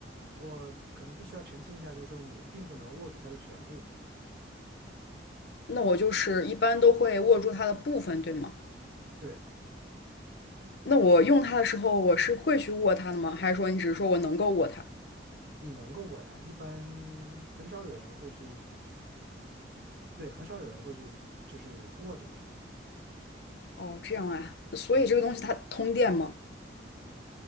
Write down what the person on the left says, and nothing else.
以那我就是一般都会握住它的部分，对吗？
那我用它的时候，我是会去握它的吗？还是说你只是说我能够握它？
哦，这样啊。那所以这个东西它通电吗？